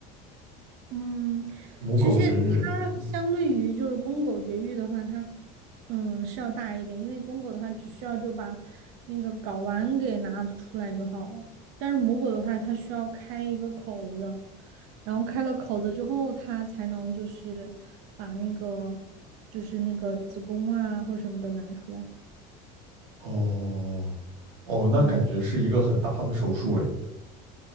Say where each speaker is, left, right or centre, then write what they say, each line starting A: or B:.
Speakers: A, on the right (about 60°); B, on the right (about 75°).
A: 嗯，
B: 母狗绝育。
A: 其实它相对于就是公狗绝育的话，
B: 嗯。
A: 它嗯是要大一点，因为公狗的话只需要就把那个睾丸给拿出来就好了，但是母狗的话，它需要开一个口子，然后开了口子之后，它才能就是把那个就是那个子宫啊或者什么的拿出来。
B: 哦，哦，那感觉是一个很大的手术诶。
A: 嗯。